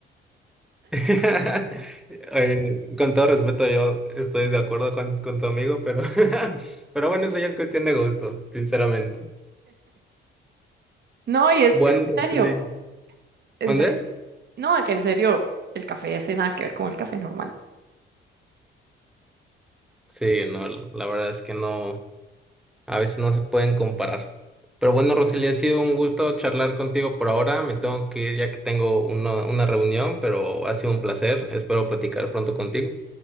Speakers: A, in the centre; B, on the right.
A: <laughs> Eh, con todo respeto, yo estoy de acuerdo con, con tu amigo, pero, <laughs> pero bueno, eso ya es cuestión de gusto, sinceramente.
B: No, y es
A: Bueno,
B: que en
A: Roseli,
B: serio, en
A: ¿mandé?
B: serio. No, que en serio, el café hace nada que ver con el café normal.
A: Sí, no, la verdad es que no, a veces no se pueden comparar. Pero bueno, Roseli, ha sido un gusto charlar contigo por ahora. Me tengo que ir ya que tengo uno- una reunión, pero ha sido un placer. Espero platicar pronto contigo.